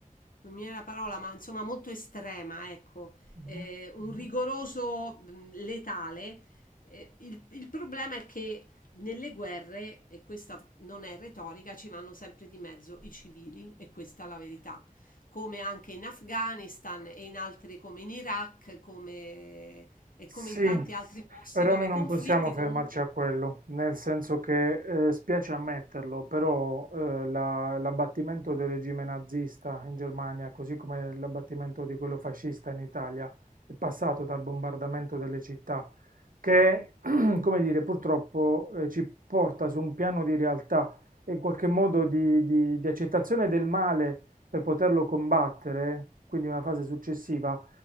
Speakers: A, on the left; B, on the right.
A: Non mi viene la parola, ma insomma molto estrema, ecco,
B: Mhm.
A: eh, un rigoroso mh, letale. Eh, il, il problema è che nelle guerre, e questa non è retorica, ci vanno sempre di mezzo i civili, e questa è la verità. Come anche in Afghanistan e in altri come in Iraq, come, e
B: Sì,
A: come in tanti altri posti
B: però
A: dove
B: noi
A: i
B: non
A: conflitti
B: possiamo fermarci
A: comunque
B: a quello, nel senso che eh, spiace ammetterlo, però eh, la- l'abbattimento del regime nazista in Germania, così come l'abbattimento di quello fascista in Italia, è passato dal bombardamento delle città, che, <clears throat> come dire, purtroppo eh, ci porta su un piano di realtà e in qualche modo di, di di accettazione del male per poterlo combattere, quindi una fase successiva